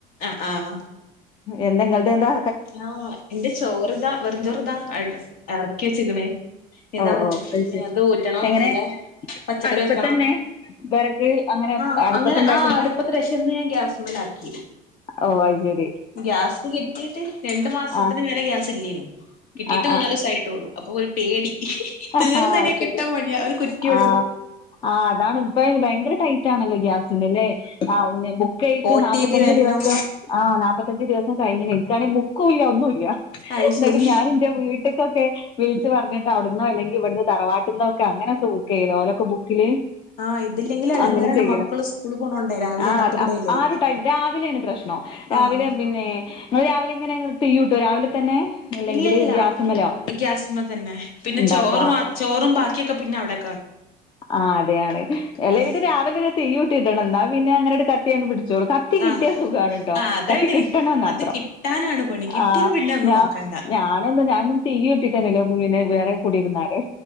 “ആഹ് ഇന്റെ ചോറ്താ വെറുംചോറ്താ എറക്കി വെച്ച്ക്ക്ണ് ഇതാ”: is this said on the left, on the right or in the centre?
Left